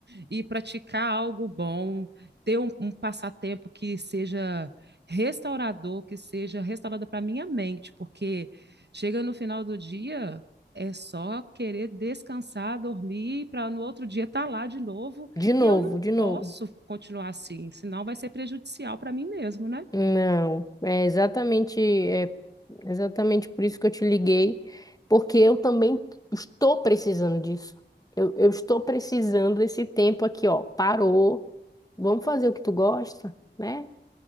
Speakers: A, on the right; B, on the left.
A: e praticar algo bom, ter um, um passatempo que seja restaurador, que seja restaurador para minha mente, porque chega no final do dia é só querer descansar, dormir, para no outro dia estar lá de novo,
B: de novo,
A: e eu não
B: de novo.
A: posso continuar assim, senão vai ser prejudicial para mim mesmo, né?
B: Não, é exatamente, é exatamente por isso que eu te liguei, porque eu também estou precisando disso. Eu, eu estou precisando desse tempo aqui, ó. Parou. Vamos fazer o que tu gosta, né?